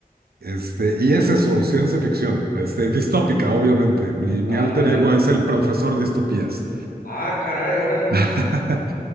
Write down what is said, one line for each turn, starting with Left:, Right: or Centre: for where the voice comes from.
Right: Este, y es eso, ciencia ficción, este, distópica, obviamente. Mi,
Left: Vale,
Right: mi alter
Left: vale.
Right: ego es el profesor distopías.
Left: Ah, caray, órale.
Right: <laughs>